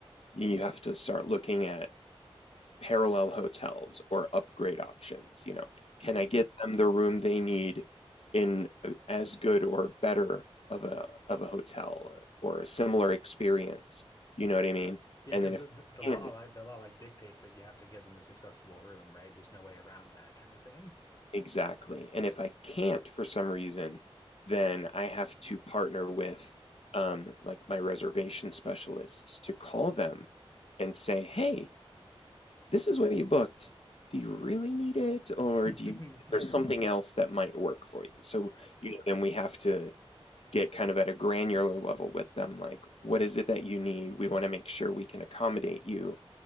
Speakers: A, on the left (about 75°); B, on the left (about 35°).
A: you have to start looking at parallel hotels or upgrade options. You know, can
B: right.
A: I get them the room they need in a- as good or better of a of a hotel or a similar experience? You know what I mean?
B: Yeah,
A: And
B: because
A: then if
B: the, the the law
A: I can,
B: like the law like dictates that you have to give them this accessible room, right? There's no way around that kind of thing.
A: Exactly. And if I can't for some reason, then I have to partner with um, like my reservation specialists to call them and say, "Hey, this is what you booked. Do you really need it, or
B: <laughs>
A: do you there's something else that might work for you?" So
B: Right.
A: you know, then we have to get kind of at a granular level with them, like, "What is it that you need? We want to make sure we can accommodate you."